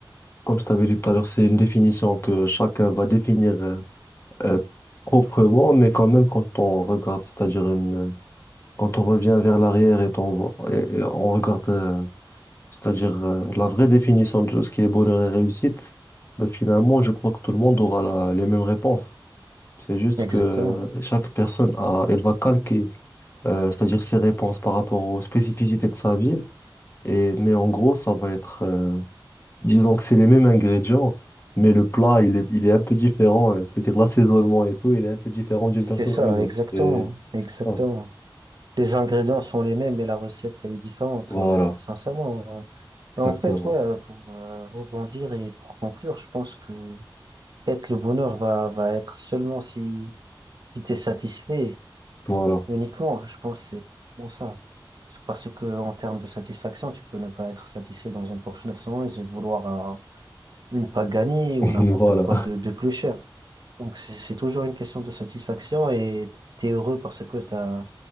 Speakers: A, on the left; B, on the right.
A: comme je t'avais dit tout à l'heure, c'est une définition que chacun va définir euh, euh, proprement, mais quand même, quand on regarde, c'est-à-dire une Quand on revient vers l'arrière et on, voit- et- et on regarde, euh, c'est-à-dire euh, la vraie définition de ce qui est bonheur et réussite, ben, finalement, je crois que tout le monde aura la- les mêmes réponses. C'est juste
B: Exactement.
A: que euh, chaque personne a, elle va calquer, euh, c'est-à-dire ses réponses par rapport aux spécificités de sa vie. Et, mais en gros, ça va être, euh, disons que c'est les mêmes ingrédients, mais le plat, il est, il est un peu différent. hein. c'est-à-dire l'assaisonnement et tout, il est un peu différent d'une
B: C'était
A: personne
B: ça,
A: à une autre.
B: exactement.
A: C'est
B: Exactement.
A: c'est ça.
B: Les ingrédients sont les mêmes, mais la recette, elle est différente,
A: Voilà,
B: ouais, sincèrement. ouais.
A: exactement.
B: Mais En fait, ouais, pour euh, rebondir et pour conclure, je pense que en fait, le bonheur va, va être seulement si, si tu es satisfait.
A: Voilà.
B: Uniquement, ouais, je pense, c'est bon ça. C'est Parce que en termes de satisfaction, tu peux ne pas être satisfait dans une Porsche 911 et vouloir euh, une Pagani
A: <laughs>
B: ou n'importe
A: Voilà,
B: quoi de, de plus cher. Donc c'est c'est toujours une question de satisfaction et t'es heureux parce que t'as